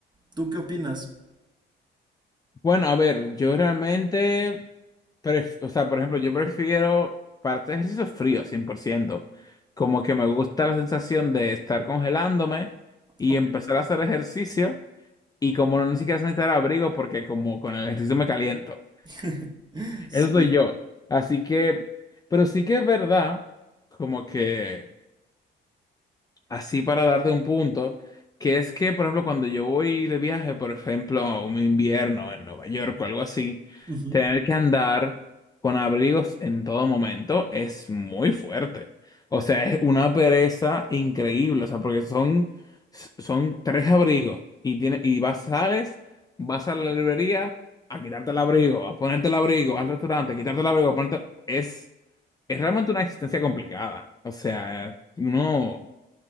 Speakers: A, on the right; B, on the left.
A: ¿Tú qué opinas?
B: Bueno, a ver, yo realmente, pref- o sea, por ejemplo, yo prefiero para hacer ejercicio frío, cien por ciento Como que me gusta la sensación de estar congelándome y
A: Ok.
B: empezar a hacer ejercicio y como no ni siquiera necesitar abrigo porque como con el ejercicio me caliento.
A: <laughs> Sí.
B: Eso soy yo. Así que, pero sí que es verdad, como que así para darte un punto, que es que, por ejemplo, cuando yo voy de viaje, por ejemplo, a un invierno en Nueva York o algo así,
A: Ujú.
B: tener que andar con abrigos en todo momento es muy fuerte. O sea, es una pereza increíble, o sea, porque son, son tres abrigos y, tiene, y vas, sales, vas a la librería a quitarte el abrigo, a ponerte el abrigo, al restaurante, a quitarte el abrigo, a ponerte... Es, es realmente una existencia complicada. O sea, uno